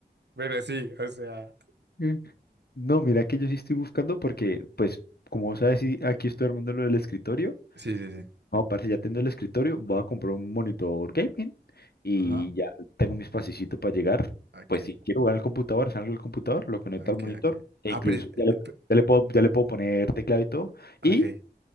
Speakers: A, on the right; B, on the left.
A: Pero sí, o sea.
B: No. No, mira que yo sí estoy buscando porque, pues, como vos sabes, sí, aquí estoy armando lo del escritorio.
A: Sí, sí, sí.
B: No, parece ya tengo el escritorio, voy a comprar un monitor gaming y
A: Ajá.
B: ya tengo mi espacito para llegar.
A: Ok,
B: Pues si quiero jugar al computador, salgo del computador, lo conecto
A: ok,
B: al monitor
A: ok.
B: e
A: Ah,
B: incluso
A: pero- eh,
B: ya le,
A: pe-
B: ya le puedo, ya le puedo poner teclado y todo.
A: ok.
B: Y